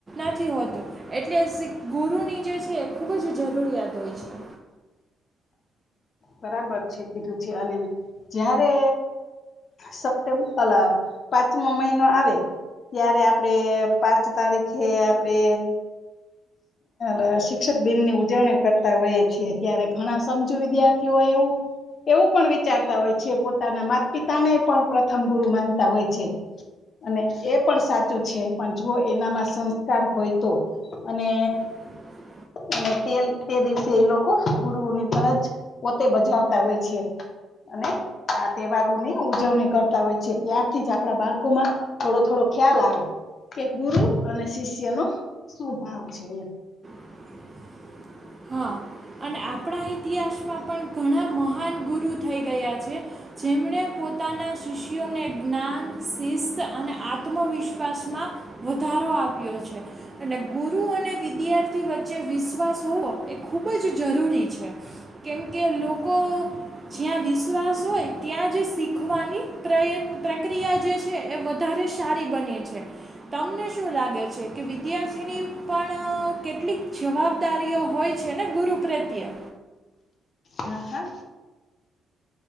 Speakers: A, on the right (about 25°); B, on the left (about 50°).
A: નથી હોતું. એટલે ગુરુની જે છે એ ખૂબ જ જરૂરિયાત હોય છે.
B: બરાબર છે કીધું છે. અને જયારે સપ્ટેમ્બ પાંચમો મહિનો આવે ત્યારે આપણે પાંચ તારીખે આપડે એ શિક્ષક દિનની ઉજવણી કરતા હોયએ છીએ. ત્યારે ઘણા સમજુ વિધાર્થી કે હો એવું. એવું પણ વિચારતા હોય છે. પોતાના માત પિતાને પણ પ્રથમ ગુરુ માનતા હોય છે. અને એ પણ સાચું છે. પણ જો એનામાં સંસ્કાર હોય તો અને
A: <inaudible>
B: અને તેલ તે દિવસે એ લોકો ગુરુની ફરજ પોતે બજાવતા હોય છે. અને આ તહેવારોની ઉજવણી કરતા હોય છે. ત્યારથી જ આપડા બાળકો માં થોડો થોડો ખ્યાલ આવે. કે ગુરુ અને શિષ્ય નો શું ભાવ છે એ.
A: <inaudible> હા અને આપણા ઇતિહાસમાં પણ ઘણા મહાન ગુરુ થઈ ગયા છે. જેમણે પોતાના શિષ્યોને જ્ઞાન શિસ્ત અને આત્મવિશ્વાસમાં. વધારો આપ્યો છે અને ગુરુ અને વિદ્યાર્થી વચ્ચે વિશ્વાસ હોવો. એ ખૂબ જ જરૂરી છે કેમકે લોકો જ્યાં વિશ્વાસ હોય. ત્યાં જ શીખવાની પ્રય પ્રક્રિયા જે છે એ વધારે સારી બને છે. તમને શું લાગે છે કે વિદ્યાર્થીની પણ કેટલીક જવાબદારીઓ હોય. છે ને ગુરુ પ્રત્યે.
B: હા હા.